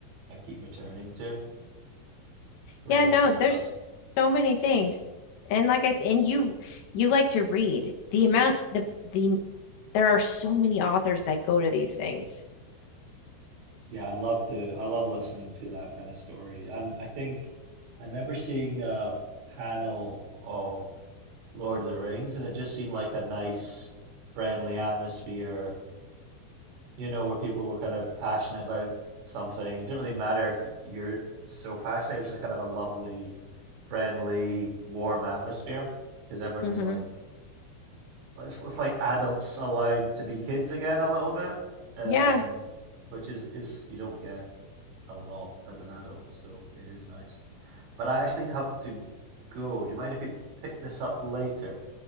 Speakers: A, on the right; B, on the left.
A: I keep returning to. within
B: Yeah, no,
A: sci-fi.
B: there's so many things. And like I said, and you you like to read. The amount the the there are so many authors that go to these things.
A: Yeah, I'd love to. I love listening to that kind of story. And I think I remember seeing a panel of Lord of the Rings, and it just seemed like a nice, friendly atmosphere, you know, where people were kind of passionate about something. It didn't really matter if you're so passionate, it was just kind of a lovely, friendly, warm atmosphere because everyone
B: Mm-hmm.
A: was like, it's, it's like adults allowed to be kids again a little bit. Um,
B: Yeah.
A: which is is you don't get a lot as an adult, so it is nice. But I actually have to go. Do you mind if we pick this up later?